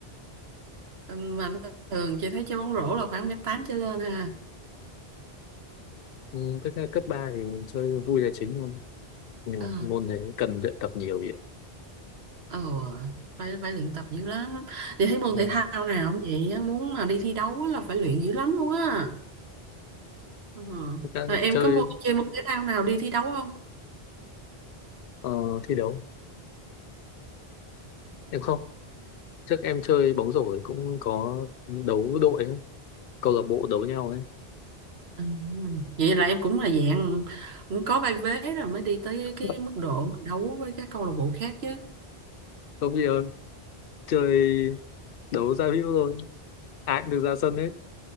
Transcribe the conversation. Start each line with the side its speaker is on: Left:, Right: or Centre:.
Right: Mà thường chị thấy chơi bóng rổ là khoảng mét tám trở lên ha.
Left: ừ, với cấp 3 thì chơi vui là chính thôi nhưng
Right: Ờ,
Left: mà môn đấy cần luyện tập nhiều vậy
Right: ờ, phải phải luyện tập dữ lắm. Chị thấy môn
Left: Dạ.
Right: thể thao nào cũng vậy á, muốn mà đi thi đấu là phải luyện dữ lắm luôn á. Ờ.
Left: Thực
Right: Rồi em
Left: chơi
Right: có môn chơi môn thể thao nào đi thi đấu không?
Left: ờ, thi đấu em không trước em chơi bóng rổ ấy cũng có đấu đội ấy, câu lạc bộ đấu nhau ấy
Right: Ừ. Vậy là em cũng là dạng cũng có vai vế rồi mới đi tới
Left: <laughs>
Right: cái mức độ đấu với các câu lạc bộ khác chứ
Left: không bây giờ chơi đấu giao hữu thôi ai cũng được ra sân hết